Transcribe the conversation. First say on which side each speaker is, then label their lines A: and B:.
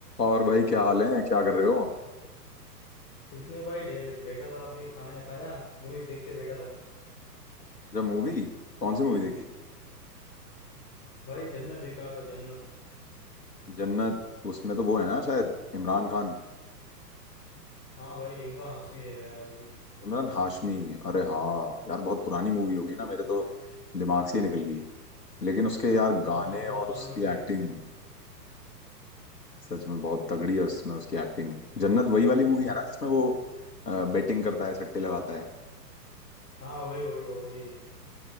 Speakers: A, on the left; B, on the left.
A: और भाई क्या हाल है क्या कर रहे हो
B: कुछ नहीं भाई डे- बैठा था आप भी खाना या खाया मूवीज देखते बैठा था
A: जब मूवी कौन सी मूवी देखी
B: भाई जन्नत देख रहा था जन्नत
A: जन्नत उसमें तो वो है ना शायद इमरान खान
B: हाँ भाई इमरान हाशमी है यार उसमें
A: इमरान हाशमी अरे हाँ यार बहुत पुरानी मूवी होगी ना मेरे तो दिमाग से ही निकल गई लेकिन उसके यार गाने
B: हाँ यार बहुत
A: और
B: पुरानी
A: उसकी
B: मूवी
A: एक्टिंग सच में बहुत तगड़ी है उसमें उसकी एक्टिंग जन्नत वही वाली मूवी है ना जिसमें वो बेटिंग करता है सट्टे लगाता है
B: हाँ वही वही वही वही है